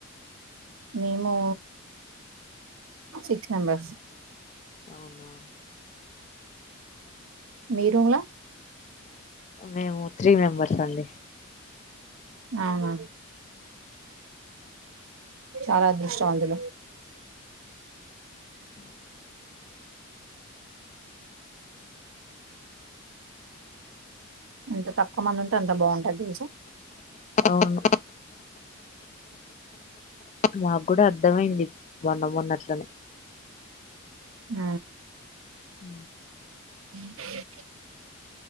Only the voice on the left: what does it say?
అవునా
మేము త్రీ మెంబర్స్ అండి
అవును మాకు కూడా అర్థమయింది మొన్న మొన్నట్లనే
హ